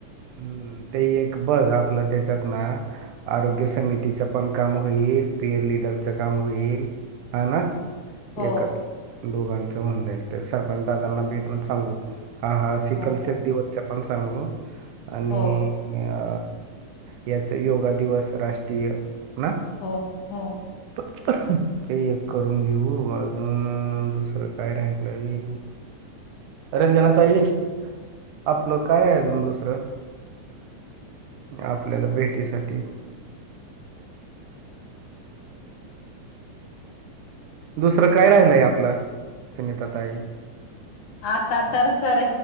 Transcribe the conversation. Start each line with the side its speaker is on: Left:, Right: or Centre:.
Right: हम्म ते एक बघ आपलं त्याच्यात ना. आरोग्य समितीच पण काम होईल पेर लिडरच काम होईल हा ना.
Left: हो
Right: एकत दोघांच होनजाईल तर सरपंच दादांना भेटून सांगू हा हा सिकल
Left: हो
Right: सल्दी वरच्या पण सांगू आणि
Left: हो
Right: अ याच योगा दिवस राष्ट्रीय ना.
Left: हो हो.
Right: प. ते एक करून घेऊ अजून दुसरं काय राहिलंय रंजनाताई, आपलं काय अजून दुसरं. आपल्याला भेटीसाठी. दुसरं काय राहिलय आपलं. सुनीता ताई.
Left: आता तर सर